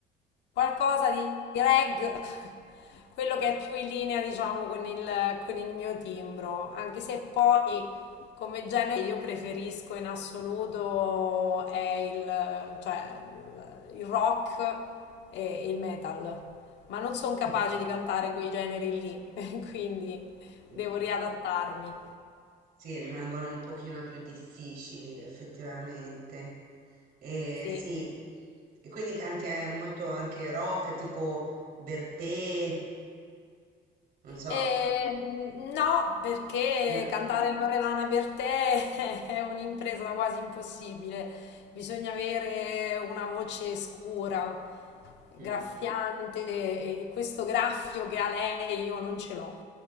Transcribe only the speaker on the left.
Qualcosa di reg, <laughs> quello che è più in linea, diciamo, con il, con il mio timbro, anche se poi come genere che io preferisco in assoluto è il, cioè, il- il rock e e il metal, ma non sono
capace di cantare quei generi lì, <laughs> quindi
devo riadattarmi.
Sì.
E, mm, no, perché
cantare Loredana Bertè <laughs> è un'impresa quasi impossibile. Bisogna avere una voce scura, graffiante,
e questo graffio che ha lei io non ce l'ho.